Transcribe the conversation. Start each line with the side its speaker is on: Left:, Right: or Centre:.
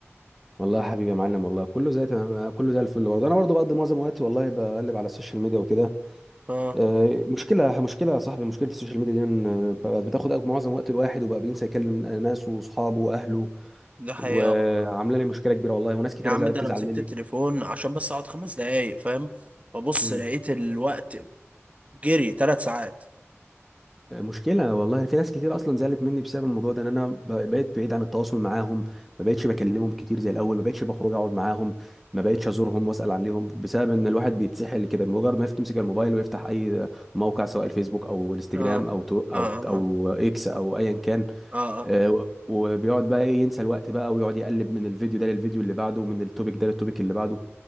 Centre: والله يا حبيبي يا معلم والله كله زي تمام كله زي الفل برضه انا برضه بقضي معظم وقتي والله بقلب على السوشيال ميديا وكده
Right: اه
Centre: آه، مشكلة مشكلة يا صاحبي مشكلة السوشيال ميديا دي ان آه، بقت بتاخد أج- معظم وقت الواحد وبقى بينسى يكلم ناسه واصحابه واهله
Right: ده حقيقه
Centre: وعاملة
Right: والله
Centre: لي مشكلة كبيرة والله وناس كتير
Right: يا عم
Centre: زعلت-
Right: ده انا
Centre: تزعل
Right: مسكت
Centre: مني
Right: التليفون عشان بس اقعد خمس دقايق فاهم ببص
Centre: مم.
Right: لقيت الوقت جري ثلاث ساعات
Centre: مشكلة والله في ناس كتير أصلا زعلت مني بسبب الموضوع ده إن أنا ب- بقيت بعيد عن التواصل معاهم ما بقتش بكلمهم كتير زي الأول ما بقتش بخرج أقعد معاهم ما بقتش أزورهم وأسأل عليهم بسبب إن الواحد بيتسحل كده بمجرد ما تمسك الموبايل ويفتح أي موقع سواء الفيسبوك أو الانستجرام
Right: اه
Centre: أو تو أو
Right: اه
Centre: أو
Right: اه
Centre: إكس أو أيا كان
Right: اه اه
Centre: آه، وبيقعد بقى إيه ينسى الوقت بقى ويقعد يقلب من الفيديو ده للفيديو اللي بعده ومن التوبيك ده للتوبيك اللي بعده